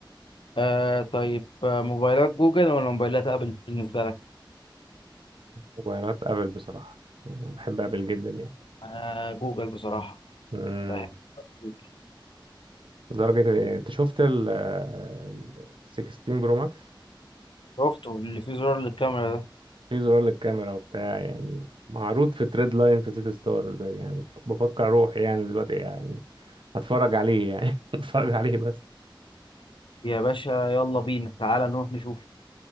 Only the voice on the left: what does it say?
آه طيب آه، موبايلات جوجل ولا موبايلات ابل بالنسبه لك
انا جوجل بصراحه
بحب جوجل
شفته اللي فيه زرار للكاميرا ده
يا باشا يلا بينا تعالى نروح نشوف